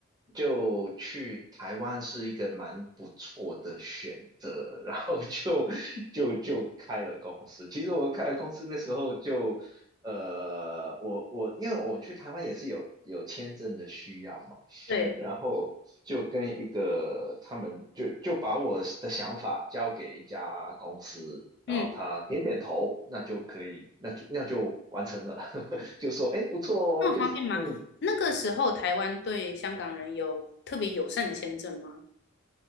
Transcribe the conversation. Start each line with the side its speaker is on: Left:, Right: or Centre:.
Right: 就去台湾是一个蛮不错的选择，然后就就就开了公司。其实我开了公司那时候就，呃，我我因为我去台湾也是有有签证的需要嘛。
Left: 对，
Right: 然后就跟一个他们就就把我的想法交给一家公司，然后他点点头，
Left: 嗯。
Right: 那就可以，那就那就完成了，<laughs> 就说哎不错哦，
Left: 那么方便吗？
Right: 就是嗯
Left: 那个时候台湾对香港人有特别友善的签证吗？